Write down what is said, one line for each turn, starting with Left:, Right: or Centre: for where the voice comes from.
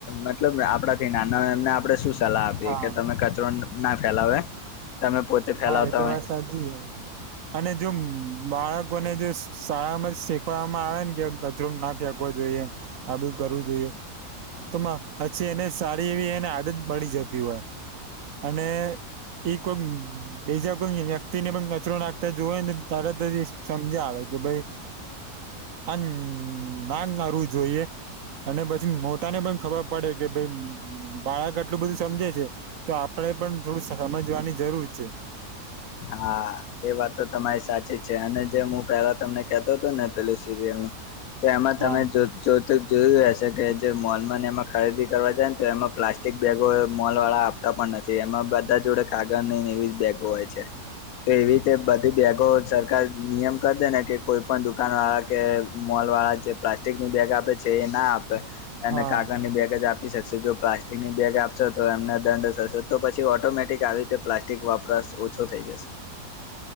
Left: મતલબ આપડાથી નાના એમને આપણે શું સલાહ આપીએ
Right: હા.
Left: કે તમે કચરો ના ફેલાવે તમે પોતે ફેલાવતા
Right: હા એ તો
Left: હોય
Right: વાત સાચી હે અને જો બાળકોને જો શાળામાં શીખવામાં આવે ને કે કચરો ના ફેંક કવો જોઈએ આ બધું કરવું જોઈએ તો પછી એને સારી એવી એને આદત પડી જતી હોય અને એક ઓમ બીજા કોઈ વ્યક્તિ ને પણ કચરો નાખતા જોવે ને તરત જ એ સમજાવે કે ભાઈ આમ ના કરવું જોઈએ અને પછી મોટા ને પણ ખબર પડે કે ભાઈ બાળક આટલું બધું સમજે છે તો આપડે પણ થોડું સમજવાની જરૂર છે
Left: હા એ વાત તો તમારી સાચી છે અને જે હું પેલા તમને કેતો હતો ને પેલી સિરિયલ નું તો એમાં
Right: હા
Left: તમે જો જો તો જોયું હશે કે જે મોલમાં ને એમાં ખરીદી કરવા જાય ને તો એમાં પ્લાસ્ટિક બેગો મોલ વાળા તા પણ નથી એમાં બધા જોડે કાગળ નહીને એવી બેગો હોય છે તો એવી રીતે બધી બેગો સરકાર નિયમ કરી દે ને કે કોઈ પણ દુકાન વાળા કે મોલ વાળા જે પ્લાસ્ટિક ની બેગ આપે છે એ ના આપે અને
Right: હા
Left: કાગળ ની બેગ જ આપ પી શકશે જો પ્લાસ્ટિકની બેગ આપશો તો એમને દંડ થશે તો પછી ઓટોમેટિક આવી રીતે પ્લાસ ટીક વાપરાશ ઓછો થઈ જશે